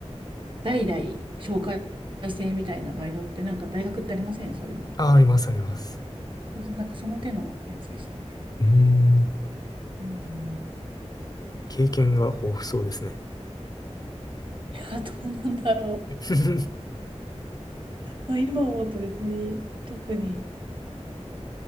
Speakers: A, on the right; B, on the left.
A: 代々紹介制みたいなバイトってなんか大学ってありませんそういうの。
B: あ、あります、あります。
A: そうそうなんかその手のやつでしたね。
B: うーん。
A: うん。
B: 経験が豊富そうですね。
A: いや、どうなんだろ
B: <laughs>
A: う。まあ今思うと別に特に